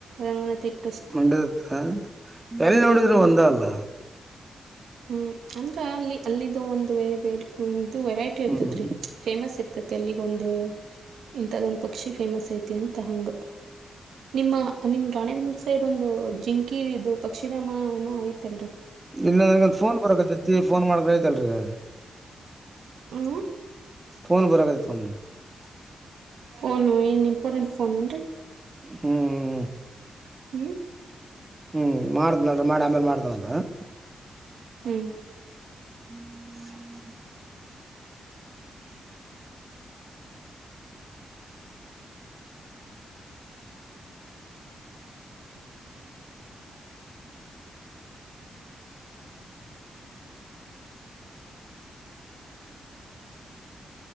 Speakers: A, on the right; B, on the right.
A: ರಂಗನಾಥಟ್ಟ
B: ಮಂಡ್ಯದತ್ರ ಎಲ್ಲಿ ನೋಡಿದ್ರರು
A: ಹ್ಮ್
B: ಒಂದ ಅಲ್ಲ
A: ಹ್ಮ್ ಅಂದ್ರ ಅಲ್ಲಿ ಅಲ್ಲಿಿದ್ದು ಒಂದುದು ವೆರೈಟಿ ಇರ್ತತ್
B: ಹ್ಮ್
A: ರೀ ಫೇಮಸ್ ಇರ್ತ ತಿ ಅಲ್ಲಿಗ ಒಂದು ಇಂತದೊಂದ ಪಕ್ಷಿ ಫೇಮಸ್ ಐತಿ ಅಂತ ಹಂಗ ನಿಮ್ಮ ನಿಮ್ ರಾಣೆ ಮು ಸೈಡ್ ಒಂದು ಜಿಂಕಿ ಇದು ಪಕ್ಷಿಧಾಮ ಏನೋ ಆಐತಲ್ರರಿ
B: ಇಲ್ಲಾಂದ್ರಂದ ಫೋನ್ ಬರಕತ್ತತಿ ಫೋನ್ ಮಾಡ್ಕೈತಲ್ರೀಗ
A: ಹ್ಮ
B: ಫನ್ ಬರಕದು ತ್ದ <unintelligible>
A: ಫೋನು ಏನ್ ಇಂಪಾರ್ಟೆಂಟ್ ಫೋನ್ ನ್ರರಿ
B: ಹ್ಮ್್ಮ
A: ಹ್ಮ್
B: ಹ್ಮ್ ಮಾಡ್ದ್ನಲ್ ಮಾಡಿ ಆಮೇಲೆ ಮಾಡ್ದವಂದ <unintelligible>
A: ಹ್ಮ್
B: ಹ್ಮ್್ಮ್ಮ ಹ್ಮ್